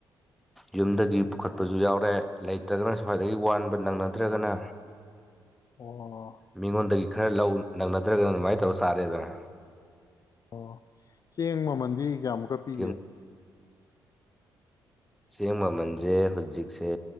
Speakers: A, in the centre; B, on the left.
A: ꯌꯨꯝꯗꯒꯤ ꯄꯨꯈꯠꯄꯁꯨ ꯌꯥꯎꯔꯦ ꯂꯩꯇ꯭ꯔꯒꯅ ꯁ꯭ꯋꯥꯏꯗꯒꯤ ꯋꯥꯟꯕ ꯅꯪꯅꯗ꯭ꯔꯒꯅ
B: ꯑꯣ
A: ꯃꯤꯉꯣꯟꯗꯒꯤ ꯈꯔ ꯂꯧ ꯅꯪꯅꯗ꯭ꯔꯒꯅꯪ ꯑꯗꯨꯃꯥꯏꯅ ꯇꯧꯔ ꯆꯥꯔꯦꯗꯅ
B: ꯑꯣ ꯆꯦꯡ ꯃꯃꯜꯗꯤ ꯀꯌꯥꯃꯨꯛꯀ ꯄꯤꯒꯦ
A: ꯌꯨꯝ ꯆꯦꯡ ꯃꯃꯜꯁꯦ ꯍꯧꯖꯤꯛꯁꯦ